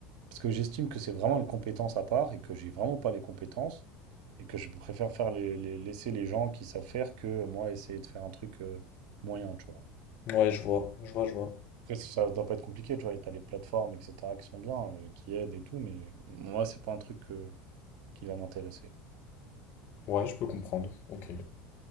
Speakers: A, on the right; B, on the left.
A: parce que j'estime que c'est vraiment une compétence à part et que j'ai vraiment pas les compétences. Et que je préfère faire les, les- laisser les gens qui savent faire que moi essayer de faire un truc euh, moyen, tu vois.
B: Ouais, je vois, je vois, je vois.
A: Après, ça doit pas être compliqué, tu vois. et T'as les plateformes, etc., qui sont bien, euh, qui aident et tout, mais moi, c'est pas un truc euh, qui va m'intéresser.
B: Ouais, je peux comprendre. Ok.